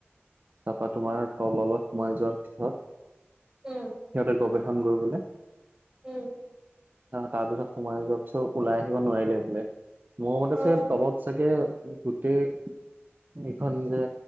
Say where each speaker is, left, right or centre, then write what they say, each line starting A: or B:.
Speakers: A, on the right; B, on the right.
A: তাৰপৰা তোমাৰ তললৈ সোমাই যোৱাৰ পিছত
B: উম।
A: সিহঁতে গৱেষণ কৰিবলে।
B: উম।
A: তাৰপিছত সোমাই যোৱাৰ পিছত ওলাই আহিব নোৱাৰিলে বোলে। মোৰ মতে
B: অ
A: চাগে তলত চাগে গোটেই এইখন যে